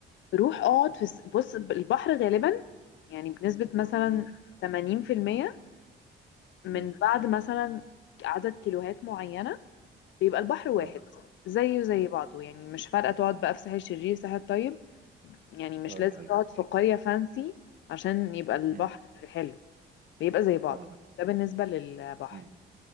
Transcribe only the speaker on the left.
روح اقعد في الس- بُص البحر غالبًا يعني بنسبة مثلًا
80% من
بعد مثلًا عدد كيلوهات معيّنة بيبقى البحر واحد،
زيه زي بعضه، يعني مش فارقة تقعد بقى في ساحل شرير، ساحل طيب، يعني مش
لازم
تقعد في قرية fancy عشان يبقى البحر
حلو، بيبقى زي بعضه،
ده بالنسبة للبحر.